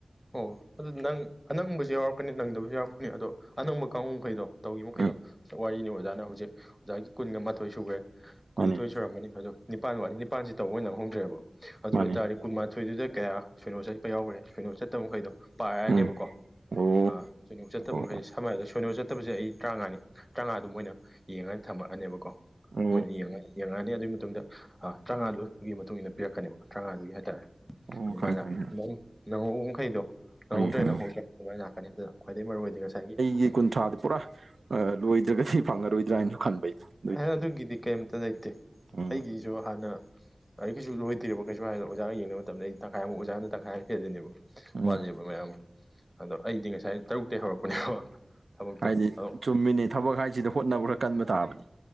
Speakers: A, in the centre; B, on the right.
A: ꯑꯣ ꯑꯗꯨ ꯅꯪ ꯑꯅꯪꯕꯁꯨ ꯌꯥꯎꯔꯛꯀꯅꯤ ꯅꯪꯗꯕꯁꯨ ꯌꯥꯎꯔꯛꯀꯅꯤ ꯑꯗꯣ ꯑꯅꯧꯕ ꯀꯥꯡꯒꯨ ꯃꯈꯩꯗꯣ ꯇꯧꯈꯤꯕ ꯃꯈꯩꯗꯣ
B: ꯎꯝ
A: ꯋꯥꯔꯤꯅꯤ ꯑꯣꯖꯥꯅ ꯍꯧꯖꯤꯛ ꯑꯣꯖꯥꯒꯤ ꯀꯨꯟꯒ ꯃꯥꯊꯣꯏ ꯁꯨꯈ꯭ꯔꯦ ꯀꯨꯟꯅꯤꯊꯣꯏ
B: ꯃꯥꯅꯦ
A: ꯁꯨꯔꯝꯃꯅꯤ ꯑꯗꯣ ꯅꯤꯄꯥꯟ ꯋꯥ ꯅꯤꯥꯟꯁꯁꯤ ꯇꯧꯕ ꯅꯪ ꯍꯧꯗ꯭ꯔꯦꯕ ꯑꯗꯨ
B: ꯃꯥꯅꯦ
A: ꯑꯣꯏꯕꯇꯥꯔꯗꯤ ꯀꯨꯟꯃꯊ ꯊꯣꯏꯗꯨꯗ ꯀꯌꯥ ꯁꯣꯏꯅꯣ ꯆꯠꯄ ꯌꯥꯎꯈ꯭ꯔꯦ ꯁꯣꯏꯅꯣ ꯆꯠꯇꯕ ꯃꯈꯩꯗꯣ ꯄꯥꯏꯔꯛꯅꯦꯕꯀꯣ
B: ꯎꯝ ꯑꯣ
A: ꯑꯥ ꯁꯣꯏꯅꯣꯛ ꯆꯠꯇꯕꯈꯩ
B: ꯑꯣ
A: ꯁꯝꯅ ꯑꯗꯣ ꯁꯣꯏꯅꯣꯛ ꯆꯠꯇꯕꯁꯦ ꯑꯩ ꯇꯔꯥꯃꯉꯥꯅꯤ ꯇꯔꯥꯃꯉꯥꯗꯨ ꯃꯣꯏꯅ ꯌꯦꯡꯉꯒ ꯊꯝꯃꯛꯑꯅꯦꯕꯀꯣ
B: ꯑꯣ
A: ꯃꯣꯏꯅ ꯌꯦꯡꯉꯒ ꯌꯦꯡꯉꯛꯑꯅꯤ ꯑꯗꯨꯒꯤ ꯃꯇꯨꯡꯗ ꯇꯔꯥꯃꯉꯥꯗꯨꯒꯤ ꯃꯇꯨꯡ ꯏꯟꯅ ꯄꯤꯔꯛꯀꯅꯦꯕ ꯇꯔꯥꯉꯥꯗꯨꯒꯤ ꯍꯥꯏꯇꯥꯔꯦ
B: ꯑꯣ
A: ꯑꯗꯨꯃꯥꯏꯅ
B: ꯈꯪꯉꯦ ꯈꯪꯉꯦ
A: ꯂꯩ ꯅꯪꯍꯧꯕ ꯃꯈꯩꯗꯣ꯫ ꯅꯪꯍꯧꯗ꯭ꯔꯦ
B: ꯈꯪꯉꯦ ꯈꯪꯉꯦ
A: ꯅꯪꯍꯧꯗ꯭ꯔꯦ ꯑꯗꯨꯃꯥꯏꯅ ꯂꯥꯛꯀꯅꯤ ꯑꯗꯨꯅ ꯈ꯭ꯋꯥꯏꯗꯒꯤ ꯃꯔꯨꯑꯣ ꯑꯣꯏꯗꯤ ꯉꯁꯥꯏꯒꯤ
B: ꯌꯦ ꯀꯨꯟꯊ꯭ꯔꯥꯗꯤ ꯄꯨꯔꯥ ꯑ ꯂꯣꯏꯗ꯭ꯔꯒꯗꯤ ꯐꯪꯉꯔꯣꯏꯗ꯭ꯔꯥꯅꯁꯨ ꯈꯟꯕ ꯑꯩꯅ
A: ꯑꯦꯍ ꯑꯗꯨꯒꯤꯗꯤ ꯀꯩꯝꯇ ꯂꯩꯇꯦ
B: ꯎꯝ
A: ꯑꯩꯒꯤꯁꯨ ꯍꯥꯟꯅ ꯑꯩꯒꯤꯁꯨ ꯂꯣꯏ ꯊꯤꯔꯣ ꯀꯩꯁꯨ ꯍꯥꯏꯔꯗꯣ ꯑꯣꯖꯥꯒ ꯌꯦꯡꯅꯕ ꯃꯇꯝꯗ ꯑꯩ ꯇꯪꯈꯥꯏ ꯑꯃꯨꯛ ꯑꯣꯖꯥꯅ ꯇꯪꯈꯥꯏ ꯑꯃ ꯐꯦꯗꯅꯦꯕ
B: ꯎꯝ
A: ꯋꯥꯠꯂꯦꯕ ꯃꯌꯥꯝ ꯑꯗꯣ ꯑꯩꯗꯤ ꯉꯁꯥꯏ ꯇꯔꯨꯛ ꯇꯩ ꯍꯧꯔꯛꯄꯅꯦꯕ ꯊꯕꯛꯇꯣ
B: ꯍꯥꯏꯗꯤ
A: ꯑꯗꯣ
B: ꯆꯨꯝꯃꯤꯅꯤ ꯊꯕꯛ ꯍꯥꯏꯁꯤꯗ ꯍꯣꯠꯅꯕ ꯈꯔ ꯀꯟꯕ ꯇꯥꯕꯅꯤ꯫